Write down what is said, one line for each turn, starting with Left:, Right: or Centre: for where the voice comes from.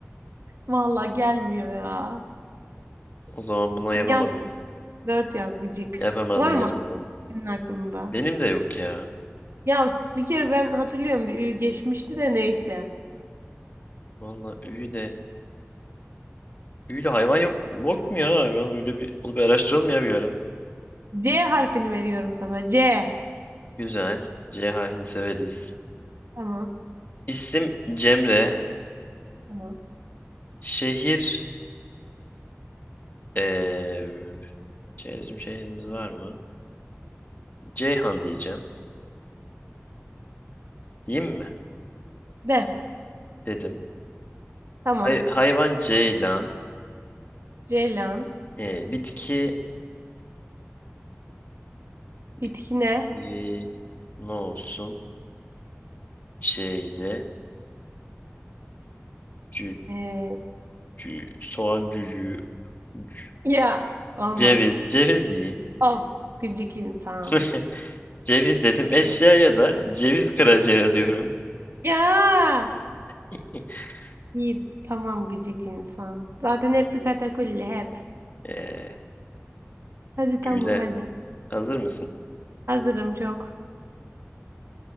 Right: Vallahi gelmiyor ya.
Left: O zaman buna yapamadın.
Right: Yaz. Dört yaz gıcık.
Left: Yapamadın
Right: Var
Left: yazdım.
Right: mı senin aklında?
Left: Benim de yok ya.
Right: Ya bir kere ben hatırlıyorum bir ü geçmişti de neyse.
Left: Valla üyle. Üyle hayvan yok. Yok mu ya hayvan? Öyle bir, onu bir araştıralım ya bir ara.
Right: C harfini veriyorum sana. C.
Left: Güzel. C harfini severiz.
Right: Tamam.
Left: İsim Cemre.
Right: Tamam.
Left: Şehir. Eee şey, bizim şehrimiz var mı? Ceyhan diyeceğim. Diyeyim mi?
Right: De.
Left: Dedim.
Right: Tamam.
Left: Hay- hayvan ceylan.
Right: Ceylan.
Left: He, bitki. Bitki.
Right: Bitki ne?
Left: Ne olsun? Şeyle. Cü,
Right: Ee,
Left: cü, soğan cücüğü. cü-
Right: ya. Olmaz.
Left: Ceviz. Ceviz diyeyim.
Right: Of gıcık insan.
Left: <laughs> Ceviz dedim. Eşyaya da ceviz kıracağı diyorum.
Right: Ya.
Left: <laughs>
Right: İyi tamam gıcık insan. Zaten hep bir katakulli hep.
Left: Eee
Right: Hadi tamam
Left: öyle.
Right: hadi.
Left: Hazır mısın?
Right: Hazırım çok.